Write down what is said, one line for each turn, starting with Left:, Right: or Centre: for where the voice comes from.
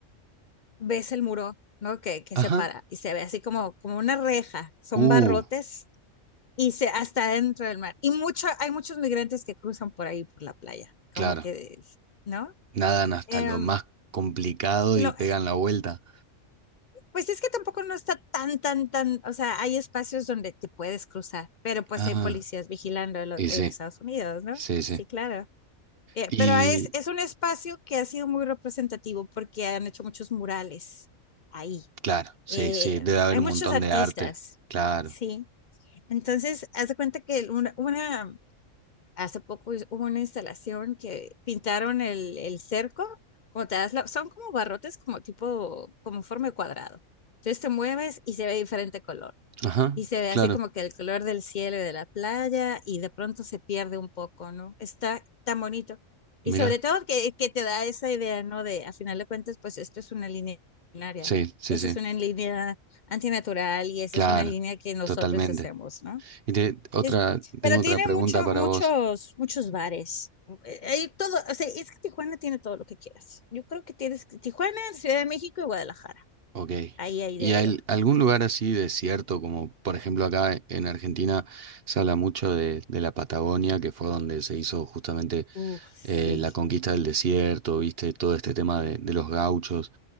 Left: ves el muro, ¿no? Que, que
Right: Ajá.
Left: separa y se ve así como, como una reja, son
Right: Uh,
Left: barrotes y se hasta dentro del mar. Y mucho, hay muchos migrantes que cruzan por ahí, por la playa,
Right: claro.
Left: como que, ¿no?
Right: Nadan hasta
Left: Em,
Right: lo más complicado
Left: lo-
Right: y pegan la vuelta.
Left: pues es que tampoco no está tan, tan, tan, o sea, hay espacios donde te puedes cruzar, pero pues
Right: Ah,
Left: hay policías vigilando en lo-
Right: y
Left: en
Right: sí,
Left: Estados Unidos, ¿no?
Right: sí, sí.
Left: Sí, claro. Eh,
Right: Y
Left: pero es, es un espacio que ha sido muy representativo porque han hecho muchos murales ahí.
Right: claro, sí,
Left: Eh,
Right: sí, debe haber
Left: hay
Right: un
Left: muchos
Right: montón
Left: artistas,
Right: de arte. Claro.
Left: sí. Entonces, haz de cuenta que una, una, hace poco hiz- hubo una instalación que pintaron el, el cerco, como te das la- son como barrotes como tipo, como en forma de cuadrado. Entonces te mueves y se ve de diferente color.
Right: Ajá,
Left: Y se ve
Right: claro.
Left: así como que el color del cielo y de la playa y de pronto se pierde un poco, ¿no? Está tan bonito. Y
Right: Mira,
Left: sobre todo que, que te da esa idea, ¿no? De, a final de cuentas, pues esto es una línea binaria.
Right: sí, sí,
Left: Esa
Right: sí.
Left: es una línea antinatural y esa
Right: Claro,
Left: es una línea que nosotros
Right: totalmente.
Left: hacemos, ¿no?
Right: Y te- otra,
Left: es- pero
Right: tengo otra
Left: tiene
Right: pregunta
Left: mucho,
Right: para
Left: muchos,
Right: vos.
Left: muchos bares. Eh, Hay todo, o sea, es que Tijuana tiene todo lo que quieras. Yo creo que tienes Tijuana, Ciudad de México y Guadalajara.
Right: Ok.
Left: Ahí, ahí
Right: ¿Y
Left: de
Right: hay
Left: yo.
Right: algún lugar así desierto, como por ejemplo acá en Argentina se habla mucho de, de la Patagonia, que fue donde se hizo justamente
Left: Uf, sí.
Right: eh, la conquista del desierto, viste, todo este tema de, de los gauchos,